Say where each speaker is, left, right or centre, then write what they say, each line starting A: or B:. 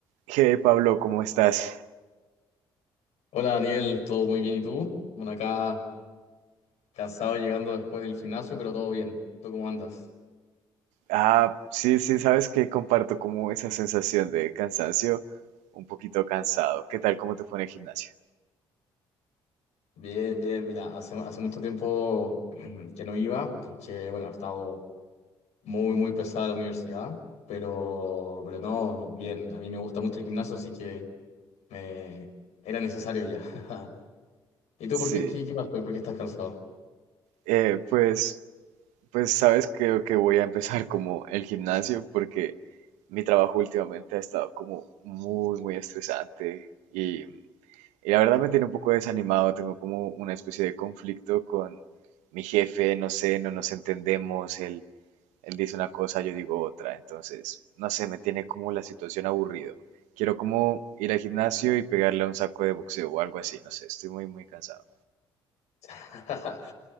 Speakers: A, on the right; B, on the left.
A: Hey Pablo, ¿cómo estás?
B: Hola Daniel, todo muy bien, ¿y tú? Bueno, acá cansado llegando después del gimnasio, pero todo bien. ¿Tú cómo andas?
A: Ah, sí, sí, sabes que comparto como esa sensación de cansancio, un poquito cansado. ¿Qué tal? ¿Cómo te fue en el gimnasio?
B: Bien, bien, mira, hace, hace mucho tiempo <clears throat> que no iba porque, bueno, ha estado muy, muy pesada la universidad, pero, pero no, bien, a mí me gusta mucho el gimnasio, así que eh, era necesario ya. <laughs> ¿Y tú por
A: Sí,
B: qué, qué, qué pasó? ¿Por qué estás cansado?
A: eh, pues, pues sabes, creo que voy a empezar como el gimnasio porque mi trabajo últimamente ha estado como muy, muy estresante y, y la verdad me tiene un poco desanimado. Tengo como una especie de conflicto con mi jefe, no sé, no nos entendemos, él Él dice una cosa, yo digo otra. Entonces, no sé, me tiene como la situación aburrido. Quiero como ir al gimnasio y pegarle a un saco de boxeo o algo así. No sé, estoy muy, muy cansado.
B: <laughs>